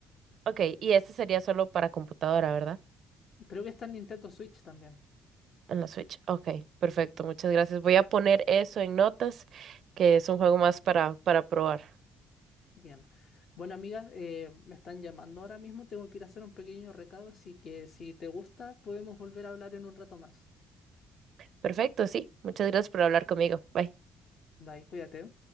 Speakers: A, on the right (about 60°); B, on the left (about 55°).
A: Ok, y este sería solo para computadora, ¿verdad?
B: Creo que está en Nintendo Switch también.
A: En la Switch. Ok, perfecto, muchas gracias. Voy a poner eso en notas, que es un juego más para, para probar.
B: Bien. Bueno, amiga, eh, me están llamando ahora mismo, tengo que ir a hacer un pequeño recado, así que si te gusta, podemos volver a hablar en un rato más.
A: Perfecto, sí. Muchas gracias por hablar conmigo. Bye.
B: Bye, cuídate.